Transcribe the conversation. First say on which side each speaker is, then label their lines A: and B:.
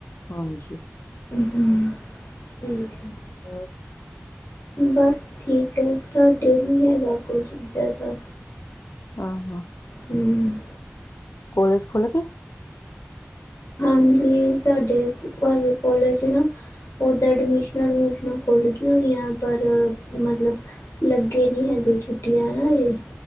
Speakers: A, on the left; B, on the left.
A: ਹਾਂਜੀ।
B: ਹੂੰ-ਹੂੰ, ਠੀਕ ਐ।
A: ਹਾਂ,
B: ਬਸ, ਠੀਕ ਐ ਸਾਡੇ ਨੀ ਹੈਗਾ ਕੁਛ ਏਦਾਂ ਦਾ।
A: ਹਾਂ-ਹਾਂ,
B: ਹੂੰ,
A: ਕੋਲਜ ਖੁੱਲ ਗੇ?
B: ਹਾਂਜੀ ਸਾਡੇ ਕੋਲਜ ਚ ਨਾ ਉਹਦਾਂ ਅਡਮਿਸ਼ਨਾਂ-ਅਡਮੁਸ਼ਨਾਂ ਖੁੱਲ੍ਹਗੀਆਂ ਹੋਈਆਂ ਪਰ ਮਤਲਬ ਲੱਗੇ ਨੀ ਹੈਗੇ ਛੁੱਟੀਆਂ ਨਾ ਹਜੇ